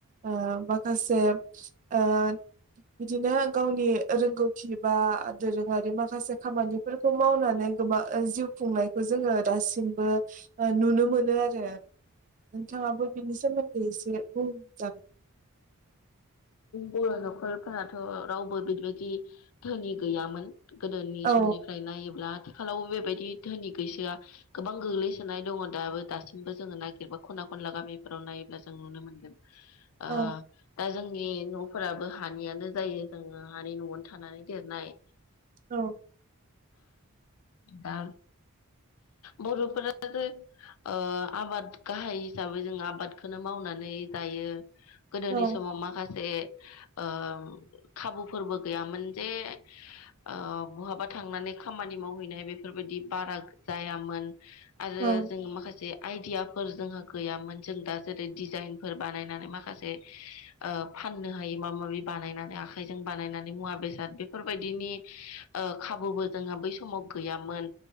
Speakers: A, on the right; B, on the left.
A: ओ माखासे ओ बिदिनो गावनि रोंगौथि बा दोरोङारि माखासे खामानिफोर खौ मावनानै गोबा जिउ खुंनायखौ जोङो दासिमबो ओ नुनो मोनो आरो नोंथाङाबो बिनि सोमोन्दै एसे बुंजा
B: बर' न'खरफोराथ' रावबो बिदिबायदि धोनि गैयामोन गोदोनि
A: औ
B: समनिफ्राय नायोब्ला आथिखालाव बेबायदि धोनि गैजाया गोबां गोग्लैसोनाय दङ दाबो दासिमबो जोङो नागिरबा खना खनला गामिफोराव नायोब्ला जों नुनो मोनगोन ओ
A: औ
B: दा जोंनि न'फोराबो हानियानो जायो जोङो हानि न'आवनो थानानै देरनाय
A: औ
B: दा बर'फोराबो ओ आबाद गाहाय हिसाबै जों आबादखौनो मावनानै जायो गोदोनि
A: औ
B: समाव माखासे ओ खाबुफोरबो गैयामोन जे ओ बहाबा थांनानै खामानि मावहैनाय बेफोरबायदि बारा जायामोन आरो
A: औ
B: जोङो माखासे जे आइडियाफोर जोंहा गैयामोन जों दा जेरै डिजाइनफोर बानायनानै माखासे ओ फाननो हायो माबा माबि बानायनानै आखाइजों बानायनानै मुवा बेसाद बेफोरबायदिनि ओ खाबुबो जोंहा बै समाव गैयामोन